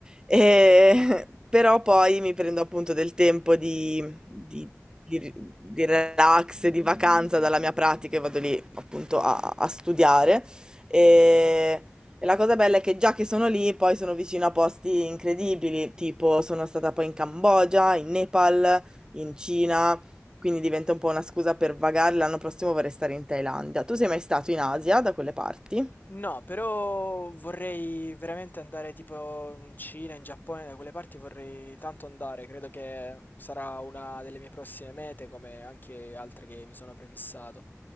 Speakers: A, on the right (about 15°); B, on the left (about 35°).
A: E- <laughs> però poi mi prendo appunto del tempo di, di- di- di relax, di vacanza dalla mia pratica e vado lì appunto a a studiare. E e la cosa bella è che già che sono lì, poi sono vicino a posti incredibili, tipo sono stata poi in Cambogia, in Nepal, in Cina, quindi diventa un po' una scusa per vagare. L'anno prossimo vorrei stare in Thailandia. Tu sei mai stato in Asia, da quelle parti?
B: No, però vorrei veramente andare tipo in Cina, in Giappone, da quelle parti vorrei tanto andare, credo che sarà una delle mie prossime mete, come anche altre che mi sono prefissato.